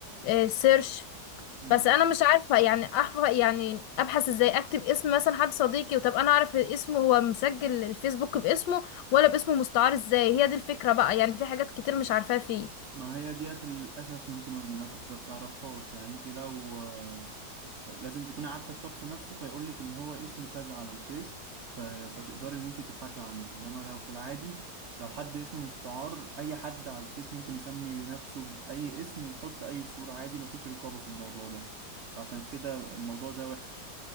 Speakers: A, on the left; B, on the right.
A: إيه، سيرش
B: امم
A: بس انا مش عارفة يعني احفظ يعني ابحث ازاي اكتب اسم مثلا حد صديقي وطب انا اعرف اسمه هو مسجل الفيسبوك باسمه ولا باسمه مستعار ازاي هي دي الفكرة بقى يعني في حاجات كتير مش عارفاها فيه
B: ما هي ديت للاسف انت ما ما ما بتعرفهاش يعني انت لو آه، لازم تكوني عارفة الشخص نفسه فيقول لك ان هو اسمه كذا على الفيس ف... فتقدري ان انت تبحثي عنه انما لو في العادي لو حد اسمه مستعار اي حد على الفيس ممكن يسمي نفسه باي اسم ويحط اي صورة عادي مفيش رقابة في الموضوع ده فعشان كده الموضوع ده وحش